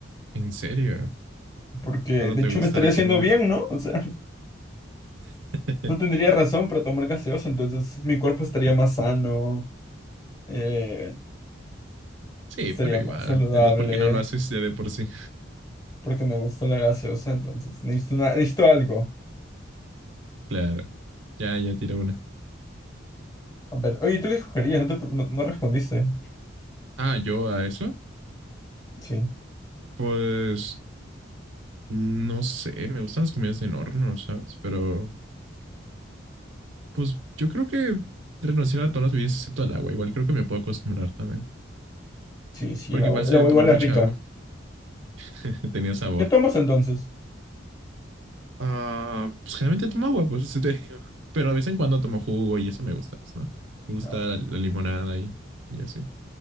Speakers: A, on the right; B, on the left.
A: ¿En serio?
B: Porque
A: ¿Tanto
B: de
A: te
B: hecho
A: gusta
B: me estaría
A: la
B: haciendo
A: comida?
B: bien, ¿no? O sea,
A: <laughs>
B: <laughs> no tendría razón para tomar gaseosa, entonces mi cuerpo estaría más sano, eh,
A: Sí,
B: estaría
A: pero igual.
B: más saludable,
A: Entonces, ¿por qué no lo haces ya de por sí?
B: porque me gusta la gaseosa, entonces necesito, una- necesito algo.
A: Claro. Ya, ya tira una.
B: A ver, oye, ¿tú qué escogerías? No, te- no- no respondiste.
A: Ah, yo a eso.
B: Sí,
A: Pues no sé, me gustan las comidas en horno, ¿sabes? Pero pues yo creo que renunciar a todas las bebidas excepto al agua. Igual creo que me puedo acostumbrar también.
B: sí, sí,
A: Porque
B: el agua,
A: igual soy
B: el agua
A: de tomar
B: igual
A: mucha
B: es rica.
A: agua. <laughs> Tenía sabor.
B: ¿Qué tomas entonces?
A: Ah, pues generalmente tomo agua, pues sí te digo. <laughs> Pero a veces en cuando tomo jugo y eso me gusta, pues, ¿no? Me gusta
B: No, ok.
A: la, la limonada y, y así.